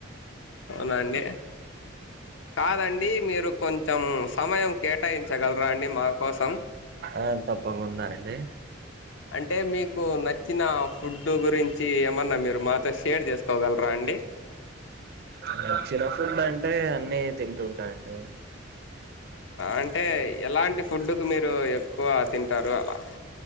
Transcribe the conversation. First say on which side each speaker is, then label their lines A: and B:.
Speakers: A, on the left (about 70°); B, on the right (about 55°).
A: అవునా అండి కాదండి మీరు కొంచెం సమయం కేటాయించగలరా అండి మా కోసం
B: ఆ తప్పకుండా అండి
A: అంటే మీకు నచ్చిన ఫుడ్ గురించి ఏమన్నా మీరు మాత స్ షేర్ చేసుకోగలరా అండి
B: నచ్చిన ఫుడ్ అంటే అన్ని తింటుంటా అండి
A: అంటే ఎలాంటి ఫుడ్డుకు మీరు ఎక్కువ తింటారు అలా